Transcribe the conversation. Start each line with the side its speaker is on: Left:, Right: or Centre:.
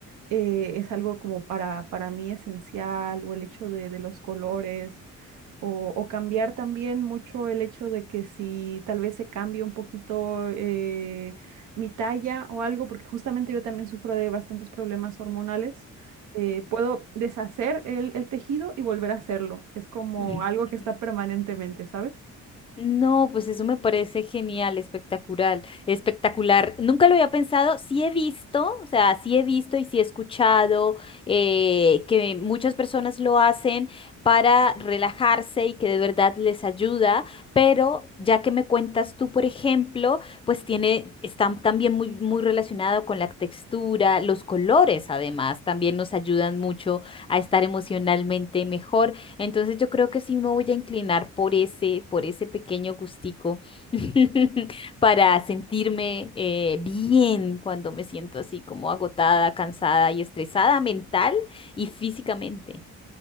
Right: eh, es algo como para, para mí esencial, o el hecho de, de los colores, o, o cambiar también mucho el hecho de que si tal vez se cambie un poquito eh, mi talla o algo, porque justamente yo también sufro de bastantes problemas hormonales, eh, puedo deshacer el, el tejido y volver a hacerlo. Es como
Left: mm.
Right: algo
Left: <laughs>
Right: que está permanentemente, ¿sabes?
Left: No, pues eso me parece genial, espectacular, espectacular. Nunca lo había pensado, sí he visto, o sea, sí he visto y sí he escuchado eh, que muchas personas lo hacen para relajarse y que de verdad les ayuda, pero ya que me cuentas tú, por ejemplo, pues tiene, está también muy, muy relacionado con la textura, los colores además, también nos ayudan mucho a estar emocionalmente mejor. Entonces yo creo que sí me voy a inclinar por ese, por ese pequeño gustico <laughs> para sentirme eh, bien cuando me siento así como agotada, cansada y estresada mental y físicamente.